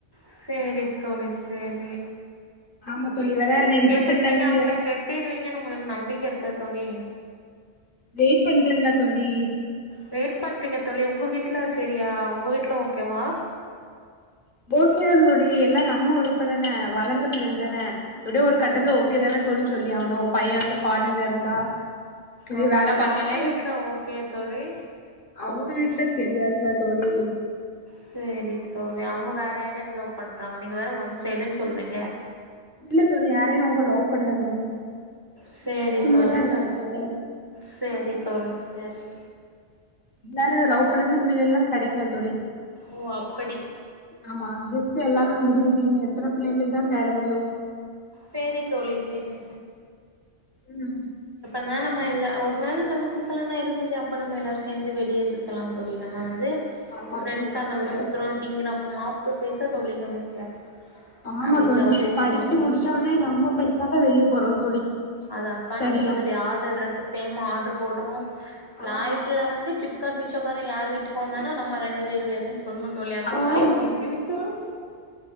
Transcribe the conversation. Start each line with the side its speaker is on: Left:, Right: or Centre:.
Right: சேரி தோழி சேரி
Left: ஆமா தோழி வேற இன்னு இருவத்தெட்டாந்தேதி
Right: எப்புடி நீங்க அவங்கள
Left: வேற
Right: கெட்டிருவீங்கன்னு உங்குளுக்கு நம்பிக்க இருக்கா தோழி
Left: வெயிட் பண்றன்ல்ல தோழி
Right: வெயிட் பண்றீங்க தோழி உங்க வீட்ல செரியா உங்க வீட்ல ஓகேவா
Left: <unintelligible> எல்லா நம்ம விருப்பந்தானே வளந்த பிள்ளைகள்தான எப்டியோ ஒரு கட்டத்துல ஓகே தானே தோழி சொல்லி ஆவணும் பையன் வந்து ஃபாரின்ல இருந்தா இது
Right: ஆமா
Left: வேல
Right: தோழி
Left: பாத்தாலே
Right: அவங்க வீட்ல ஓகே தோழி
Left: அவங்க வீட்ல தெரியாதுல்ல தோழி
Right: சேரி தோழி அவங்க வேற யாரையாவது லவ் பண்றாங்க நீங்க வேற ஒன் சைடுன் சொல்றீங்க
Left: இல்ல தோழி யாரையும் அவங்க லவ் பண்ல தோழி
Right: செரி
Left: சும்மாதா
Right: தோழிஸ்
Left: இருந்தாங்க தோழி
Right: செரி தோழி செ ரி
Left: எல்லாரு லவ் பண் பிள்ளைல்லா கெடைக்கல தோழி
Right: ஓ அப்படி
Left: ஆமா புக்ஸ் எல்லாமே முடிஞ்சு எத்தன பிள்ளைலைக்கு தா தேட முடியு
Right: சேரி தோழி சேரி
Left: ம்
Right: நா நம்ம எல் ஒரு நாள் நமக்கு கல்யண ஆயிரும் தோழி அப்போ நம்ம எல்லாரு சேர்ந்து வெளியே சுத்தலா தோழி நம்ம வந்து
Left: ஆமா
Right: பிரண்ட்ஸா
Left: தோழி நம்மாண்ட
Right: நம்ம சுத்துறோ திங்கறோ மாப்புல பைசா தோழி நமக்கு
Left: ஆமா
Right: அப்டியே
Left: தோழி
Right: ஜாலியா சுத்தலா
Left: படிச்சு முடிச்சோடனே நம்ம பைசாதா வெளியே போறோ தோழி
Right: அதா கண்டிப்பா
Left: தனியா
Right: தோழி ஆர்ட்ரு ட்ரெஸஸ் சேமா ஆட்ரு போட்றோம் லாயத்துல
Left: ஆமா
Right: வந்துப் ஃபிப் ளிப்கார்ட் மீஷோக்காரன் யார் வீட்டுக்கு வந்தானா நம்ம ரெண்டு பேர் பேரையும் ஸ் சொல்ணும் தோழி அந்த
Left: ஆமா
Right: மாரி நம்ம
Left: தோழி
Right: இருக்குறோம்